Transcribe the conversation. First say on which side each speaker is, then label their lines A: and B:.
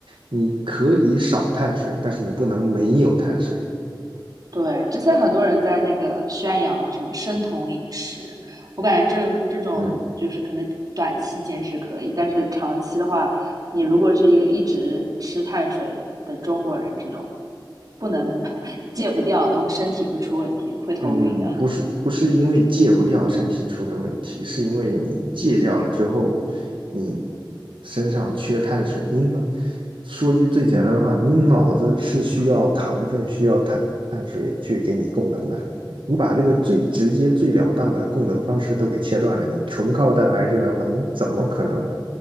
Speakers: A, on the right (about 80°); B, on the right (about 50°).
A: 你可以少碳水，但是你不能没有碳水。
B: 对，之前很多人在那个宣扬什么生酮饮食，我感觉这这种就是可能短期减脂可以，
A: 嗯，
B: 但是长期的话，你如果是一个一直吃碳水的中国人，这种不能 <laughs> 戒不掉的，我身体会出问题的，会头晕的。
A: 嗯，不是不是因为戒不掉身体出的问题，是因为你戒掉了之后，你身上缺碳水，你脑，说句最简单的话，你脑子是需要糖分、需要碳碳水去给你供能的。你把这个最直接、最了当的供能方式都给切断了，你纯靠蛋白质的话，你怎么可能